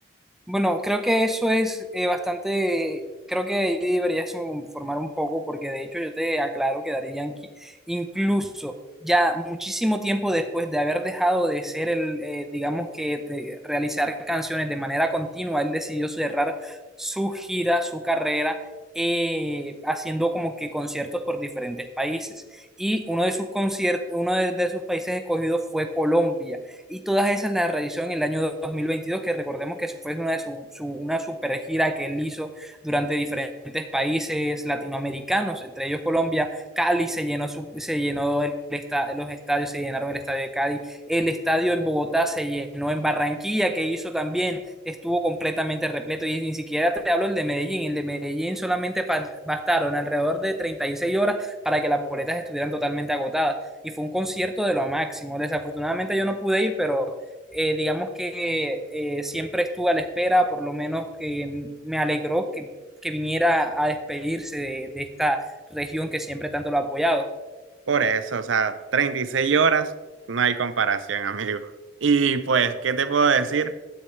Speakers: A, in the centre; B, on the right.
A: Bueno, creo que eso es eh, bastante, creo que ahí deberías informar un poco porque de hecho yo te aclaro que Daddy Yankee, incluso ya muchísimo tiempo después de haber dejado de ser el, eh, digamos que de realizar canciones de manera continua, él decidió cerrar su gira, su carrera, eh, haciendo como que conciertos por diferentes países. Y uno de sus conciertos, uno de de sus países escogidos fue Colombia y todas esas las realizó en el año dos mil veintidós que recordemos que eso fue una, de su, su, una super gira que él hizo durante diferentes países latinoamericanos, entre ellos Colombia, Cali se llenó, su, se llenó el esta, los estadios, se llenaron el estadio de Cali, el estadio en Bogotá se llenó en Barranquilla, que hizo también, estuvo completamente repleto y ni siquiera te hablo el de Medellín, el de Medellín solamente bastaron alrededor de 36 horas para que las boletas estuvieran totalmente agotadas y fue un concierto de lo máximo. Desafortunadamente yo no pude ir, pero eh, digamos que eh, siempre estuve a la espera, por lo menos que me alegró que, que viniera a despedirse de, de, esta región que siempre tanto lo ha apoyado.
B: Por eso, o sea, 36 horas, no hay comparación, <laughs> amigo. Y pues, ¿qué te puedo decir?